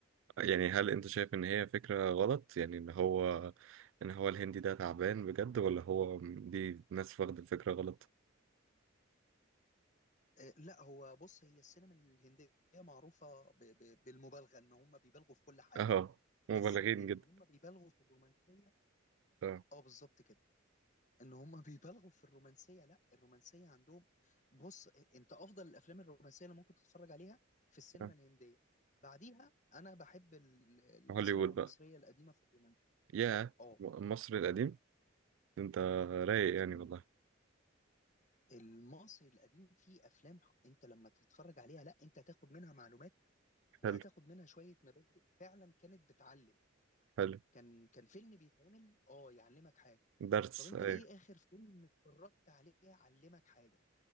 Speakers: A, on the right; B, on the left.
A: يعني هل انت شايف ان هي فكره غلط يعني ان هو ان هو الهندي ده تعبان بجد ولا هو دي ناس واخده الفكره غلط
B: آه، لا هو بص هي السينما الهندية معروفة ب- ب- بالمبالغة ان هم بيبالغوا في كل حاجة
A: <laughs> اه مبالغين
B: بس ان
A: جدا
B: هم بيبالغوا في الرومانسية
A: اه
B: اه بالظبط كده ان هم بيبالغوا في الرومانسية لا الرومانسية عندهم بص آه، انت افضل الافلام الرومانسية اللي ممكن تتفرج عليها في السينما
A: آه.
B: الهندية بعديها انا بحب ال-
A: هوليوود
B: السينما المصرية
A: بقى
B: القديمة في الرومانسية
A: يا
B: اه
A: مصر القديم انت رايق يعني
B: ال-
A: والله
B: المصري القديم فيه افلام انت لما تتفرج عليها لا انت هتاخد منها معلومات وهتاخد
A: حلو
B: منها شوية مبادئ فعلا كانت بتعلم
A: حلو
B: كان كان فيلم بيتعمل اه يعلمك حاجه
A: درس
B: طب انت
A: ايوه
B: ايه اخر فيلم اتفرجت عليه علمك حاجه